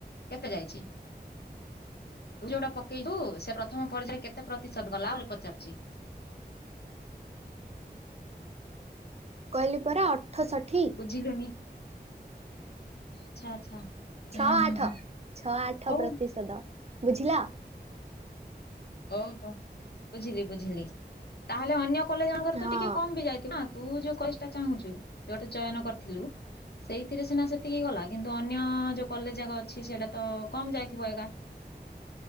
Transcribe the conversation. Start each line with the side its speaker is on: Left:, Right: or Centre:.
Left: କେତେ ଯାଇଛି? ତୁ ଯୋଉଟା ପକେଇଚୁ ସେ ପ୍ରଥମ ପର୍ଯ୍ୟାୟରେ କେତେ ପ୍ରତିଶତ ଗଲା ବୋଲି ପଚାରୁଚି?
Right: <inaudible> କହିଲି ପରା ଅଠଷଠି।
Left: ବୁଝିଲୁନି। ଆଚ୍ଛା ଆଚ୍ଛା।
Right: ଛଅ
Left: ହୁଁ
Right: ଆଠ
Left: ହୁଁ ହୁଁ।
Right: ଛଅ ଆଠ
Left: ହଉ
Right: ପ୍ରତିଶତ ବୁଝିଲ।
Left: ଓହୋ ବୁଝିଲି ବୁଝିଲି ତାହେଲେ ଅନ୍ୟ କଲେଜ ମାନଙ୍କରେ ତ
Right: ହଁ
Left: ଟିକେ କମ ବି ଯାଇଥିବ ନା। ତୁ ଯୋଉ କଲେଜଟା ଚାହୁଁଛୁ ଯୋଉଟା ଚୟନ କରିଥିଲୁ, ସେଇଥିରେ ସିନା ସେତିକି ଗଲା କିନ୍ତୁ ଅନ୍ୟ ଯୋଉ କଲେଜ ଯାକ ଅଛି ସେଇଟା ତ କମ ଯାଇଥିବ ଏଗା।